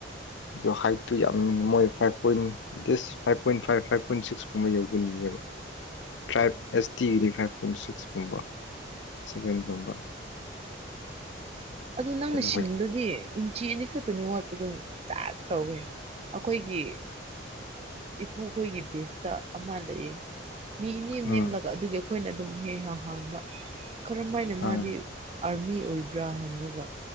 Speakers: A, on the left; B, on the right.
A: ꯑꯗꯣ ꯍꯥꯏꯠꯇꯨ ꯌꯥꯝ ꯃꯣꯏ five point at least five point five five point ꯁꯤꯛꯁꯀꯨꯝꯕ ꯌꯧꯒꯅꯤꯑꯕ ꯇ꯭ꯔꯥꯏꯞ ꯑꯦꯁ ꯇꯤꯒꯤꯗꯤ ꯐꯥꯏꯚ ꯄꯣꯏꯟ ꯁꯤꯛꯁꯀꯨꯝꯕ ꯁꯚꯦꯟ ꯒꯨꯝꯕꯥ
B: ꯑꯗꯨ ꯅꯪꯅ ꯁꯤꯡꯗꯨꯗꯤ
A: ꯍꯣꯏ
B: ꯏꯟꯆꯤ ꯑꯅꯤ ꯈꯛꯇꯅꯤ ꯋꯥꯠꯄꯗꯣ ꯇ ꯇꯧꯏꯦ ꯑꯩꯈꯣꯏꯒꯤ ꯏꯄꯨꯈꯣꯏꯒꯤ ꯕꯦꯁꯇ ꯑꯃ ꯂꯩꯌꯦ ꯃꯤ ꯅꯦꯝ
A: ꯎꯝ
B: ꯅꯦꯝꯂꯒ ꯑꯗꯨꯒꯤ ꯑꯩꯈꯣꯏꯅ ꯑꯗꯨꯝ ꯍꯦꯛ ꯍ ꯍꯥꯡꯕ ꯀꯔꯝ ꯍꯥꯏꯅ
A: ꯎꯝ
B: ꯃꯥꯗꯤ ꯑꯥꯔꯃꯤ ꯑꯣꯏꯕ꯭ꯔꯥ ꯍꯪꯉꯒ